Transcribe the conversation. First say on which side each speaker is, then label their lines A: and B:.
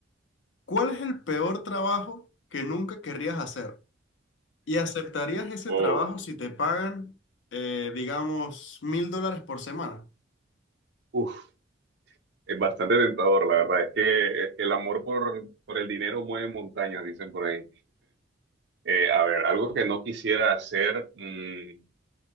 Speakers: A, on the left (about 70°); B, on the right (about 65°).
A: ¿cuál es el peor trabajo que nunca querrías hacer? ¿Y aceptarías ese
B: Oh,
A: trabajo si te pagan, eh, digamos, mil dólares por semana?
B: uf, es bastante tentador, la verdad es que eh, el amor por, por el dinero mueve montañas, dicen por ahí. Eh, a ver, algo que no quisiera hacer, mm,